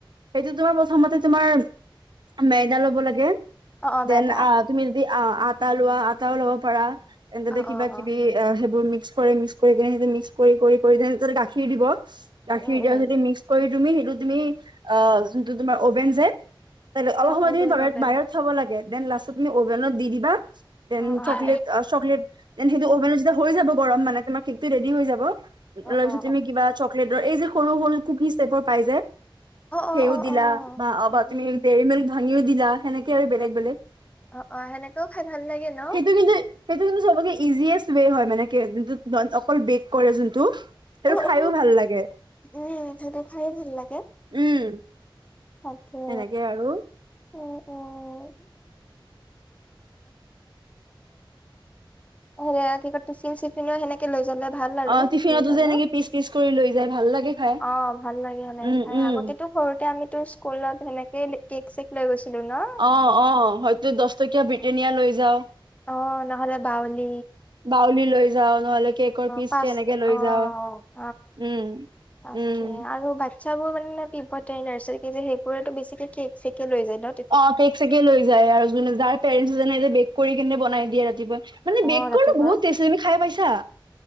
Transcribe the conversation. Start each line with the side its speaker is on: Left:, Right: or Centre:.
Right: সেইটো তোমাৰ প্ৰথমতে তোমাৰ ময়দা লব লাগে।
Left: অ অ
Right: দেন
Left: মেদা
Right: আহ তুমি যদি আটা লোৱা আটাও লব পাৰা, তেন্ত ততে
Left: অ
Right: কিবা-কিবি।
Left: অ অ
Right: সেইবোৰ মিক্স কৰি মিক্স কৰি কিনে সেইটো মিক্স কৰি কৰি ততে গাখীৰ দিব। গাখীৰ
Left: উম
Right: এগিলাচ
Left: উম
Right: দি মিক্স কৰি তুমি সেইটো তুমি অহ, যোনটো তোমাৰ অভেন যে। অলপ
Left: অ
Right: সময়
Left: অভেন
Right: তুমি ধৰা
Left: অভেন
Right: বাহিৰত থব লাগে। দেন লাষ্টত তুমি অভেনত দি দিবা। দেন
Left: অ অ
Right: চকলেত
Left: অ অ
Right: চকলেত দেন সেইটো অভেনত হৈ যাব গৰম মানে তোমাৰ কেকটো ৰেদি হৈ যাৱ। তাৰ
Left: অ
Right: পিছত তুমি কিবা চকলেটৰ এই যে সৰু সৰু কুফিজ টাইপৰ পাই যে,
Left: অ
Right: সেই।
Left: অ
Right: দিলা
Left: অ অ
Right: বা
Left: উম
Right: তুমি
Left: উম
Right: দেৰি মিল্ক ভাঙিও দিলা সেনেকে। আৰু বেলেগ
Left: অ
Right: বেলেগ,
Left: অ অ সেনেকেও খাই ভাল লাগে ন?
Right: সেইটো কিন্তু। সেইটো কিন্ত চবকে ইজিয়েষ্ট ৱে হয় মানে, অকল বেক কৰে যোনটো। সেইটো
Left: অ
Right: খাইও
Left: অ
Right: ভাল লাগে।
Left: উম সেইটো খাইয়ে ভাল লাগে।
Right: উম,
Left: তাকে।
Right: সেনেকে আৰু
Left: উম উম সেয়া কি কয় টিফিন চিফিনও সেনেকে লৈ যাবলে ভাল আৰু।
Right: অ টিফিনতো
Left: লৈ জানো।
Right: যে এনেকে পিচ পিচ কৰি লৈ যাই ভাল লাগে। খাই
Left: অহ, ভাল লাগে। এনেকে
Right: উম
Left: চাই
Right: উম
Left: আগতেতো। সৰুতে আমিতো স্কুলত সেনেকেই কেক -চেক লৈ গৈছিলো নহ।
Right: অহ, অহ হয়তো দহ টকীয়া ব্ৰিটেনিয়া লৈ যাও।
Left: অহ। নহলে বাউলী,
Right: বাউলি লৈ যাও নহলে কেকৰ পিচ
Left: পাচ
Right: এনেকে লৈ
Left: অহ।
Right: যাও উম,
Left: তাকে
Right: উম
Left: আৰু বাকী। চাবোৰ মানে পিপথে নাৰ্চাৰী কে যে সেইবোৰে তো বেছিকে কেক -চেকে লৈ যায় নহ।
Right: অহ, কেক -চেকে লৈ যায়। আৰু যোনে যাৰ পেৰেণ্টছ এনে বেক কৰি কিনে বনাই দিয়ে ৰাতিপুৱা। মানে
Left: অ
Right: বেক
Left: ৰাতিপুৱা
Right: কৰাটো বহুত টেস্ট। তুমি খাই পাইছা?